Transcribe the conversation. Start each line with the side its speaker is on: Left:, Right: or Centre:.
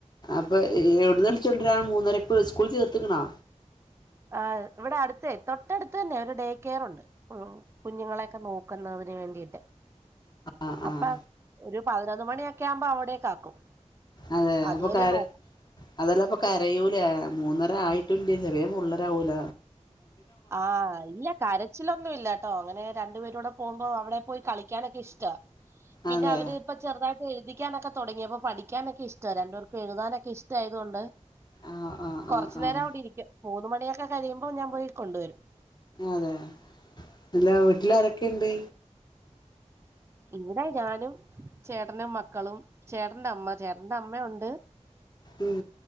Left: അപ്പൊ എവിടുന്നൽ ചണ്ടരൻ മൂന്നരക്ക് സ്കൂൾ ചേർത്തക്കണാ
Right: ആ് ഇവിടെ അടുത്ത തൊട്ടടുത്ത് തന്നെ ഡേ കെയർുണ്ട് കുഞ്ഞുങ്ങളെൊക്കെ നോക്കുന്ന തിനന് വേണ്ടിട്ട്
Left: ആഹ് ആഹ്
Right: അപ്പൊ ഒരു പതിനൊന്ന് മണിയൊക്കെ ആകുമ്പോ അവിടേക്ക ആക്കും
Left: അതെ
Right: അതുവരെ
Left: അപ്പൊ കര
Right: നോക്കും
Left: അതെല്ലാംപ്പ കരയൂലേ മൂന്നര ആയി് ട്ടല് ചെറിയ പി ളേറാവൂല
Right: ആഹ് ഇല്ല കരച്ചിലൊന്നുംല്ല കേട്ടോ അങ്ങനെ രണ്ടു പേരൂടെ പോക്പ അവിടെ പോയി കളിക്കാനൊക്കെ ഇഷ്ട പിന്നെ
Left: അതെ
Right: അവരിപ്പ ചെറുതായിട്ട എഴുതികാ നൊക്കെ തുടങ്ങി അപ്പോൊ പഠിക്കാനൊക്കെ ഇഷ്ട രണ്ടപേർക്കും എഴു താനൊക്കെ ഇഷ്ടാ യതുകൊണ്ട്
Left: ആഹ് ആഹ്
Right: കൊറച്ചുനരം
Left: ആഹ് ആഹ്
Right: അവിടെ ഇരിക്കും മൂന്ന മണിയൊക്കെ കഴിയുമ്പോ ഞാൻ പോയി കൊണ്ടുവരും
Left: അതെ അ ല്ല വീട്ടില ആാരൊക്കെുണ്ട്
Right: ഇവിടെ ഞാനും ചേട്ടനും മക്കളും ചേട്ടന്റെ അമ്മ ചേട്ടന്റെ അമ്മ ഉണ്ട്
Left: ഉം